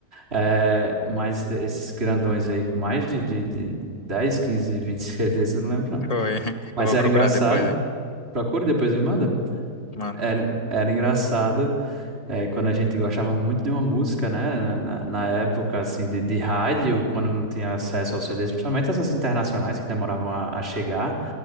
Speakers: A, on the right; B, on the left.
A: É, mas esses grandões aí com mais de, de, de dez, quinze, vinte <laughs> 20 CDs, eu não lembro não.
B: Foi. <laughs>
A: Mas
B: Eu vou
A: era
B: procurar
A: engraçado.
B: depois, hein?
A: Procura e depois me manda.
B: Mano.
A: Era, era engraçado é, quando a gente gostava muito de uma música, né? Na, na- na época, assim, de, de rádio, quando não tinha acesso aos CDs, principalmente essas internacionais que demoravam a, a chegar,